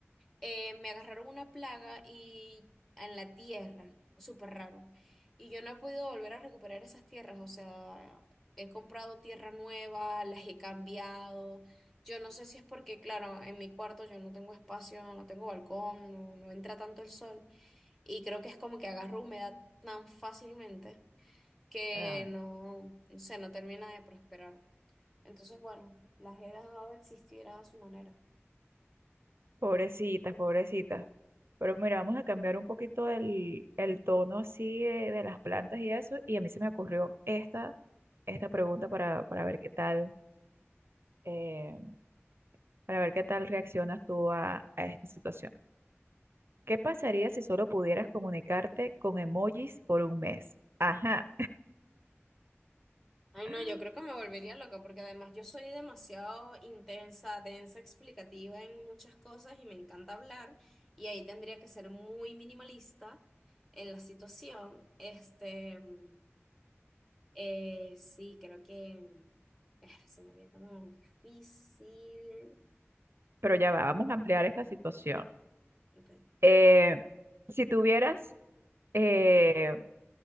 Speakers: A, in the centre; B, on the right (about 55°).
A: eh, me agarraron una plaga y en la tierra, súper raro. Y yo no he podido volver a recuperar esas tierras, o sea, he comprado tierra nueva, las he cambiado. Yo no sé si es porque, claro, en mi cuarto yo no tengo espacio, no tengo balcón, no, no entra tanto el sol. Y creo que es como que agarro humedad tan fácilmente que
B: Ay,
A: no, no sé, no termina de prosperar. Entonces, bueno, las he dejado de existir a su manera.
B: pobrecitas, pobrecitas. Pero mira, vamos a cambiar un poquito el, el tono así de, de las plantas y eso. Y a mí se me ocurrió esta, esta pregunta para, para ver qué tal. eh, para ver qué tal reaccionas tú a, a esta situación. ¿Qué pasaría si solo pudieras comunicarte con emojis por un mes? Ajá,
A: Ay,
B: <laughs>
A: no, yo creo que me volvería loca porque además yo soy demasiado intensa, densa, explicativa en muchas cosas y me encanta hablar y ahí tendría que ser muy minimalista en la situación. Este, mm, eh, sí, creo que eh, se me haría como difícil.
B: pero ya va, vamos a ampliar esta situación.
A: Ok, ok,
B: Eh, si tuvieras eh,